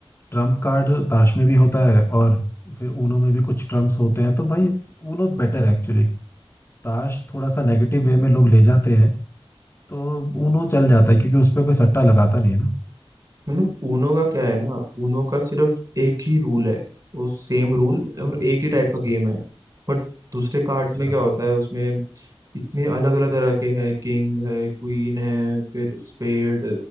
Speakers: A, on the left (about 25°); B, on the right (about 35°).
A: ट्रम्प कार्ड ताश में भी होता है और फिर ऊनो में भी कुछ ट्रम्प्स होते हैं तो भाई ऊनो बेटर है एक्चुअली ताश थोड़ा सा नेगेटिव वे में लोग ले जाते हैं तो ऊनो चल जाता है क्योंकि उस पर कोई सट्टा लगाता नहीं है ना
B: मतलब ऊनो का क्या है ना ऊनो का सिर्फ एक ही रूल है वो सेम रूल और एक ही टाइप का गेम है बट दूसरे कार्ड्स
A: अच्छा
B: में क्या होता है उसमें इतने अलग अलग तरह के हैं किंग है क्वीन है फिर स्पेड